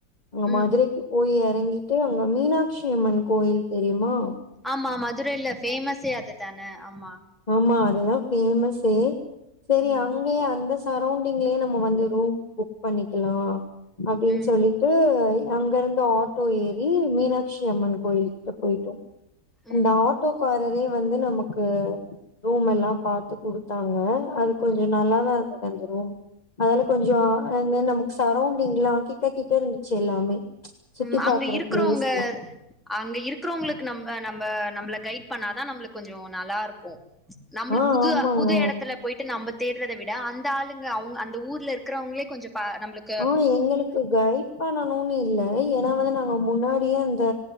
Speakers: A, on the left; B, in the centre.
A: அங்க
B: ம்
A: மதுரை க்கு போய் எறங்கிட்டு அங்க மீனாட்சி அம்மன் கோயில் தெரியுமா
B: ஆமா மதுரைல ஃபேமஸே அதுதானே ஆமா
A: ஆமா அதுதா ஃபேமஸே சேரி
B: ம்
A: அங்கயே அந்த சரௌண்டிங்லயே நம்ம வந்து ரூம் புக் பண்ணிக்கலா அப்டின்னு
B: ம்
A: சொல்லி ட்டு அங்க இருந்து ஆட்டோ ஏறி மீனாட்சி அம்மன் கோயில்கிட்ட போயிட்டோ
B: ம்
A: அந்த ஆட் டோக்காரரே வந்து நமக்கு ரூம் எல்லா பாத்து குடுத்தாங்க அது கொஞ்சோ நல்லாதா இருந்தது அந்த ரூம் அதால கொஞ்சோ அங்க நமக்கு சரௌண்டிங்ல்லா கிட்ட கிட்டருந்துச்சு எல்லாமே சுத்தி
B: ம்
A: பாக்குற
B: அங்க இருக்றவங்க
A: பிளேஸ்லா
B: அங்க இருக்கறவங்களுக்கு நம்ம நம்ம நம்ள கைட் பண்ணா அதா நம்ளுக்கு கொஞ்சோ நல்லாருக்கு நம்ளுக்கு
A: ஆ
B: புது
A: ஆமாங்க
B: புது இடத்துல போயிட்டு நம்ப தேடுறத விட அந்த ஆளுங்க அவுங்க அந்த ஊர்ல இருக்கிறவங்களே கொஞ்சோ பா நம்ளுக்
A: ஆ எங்களுக்கு கைட் பண்ணணுனு இல்ல ஏனா வந்து நாங்க முன்னாடியே அந்த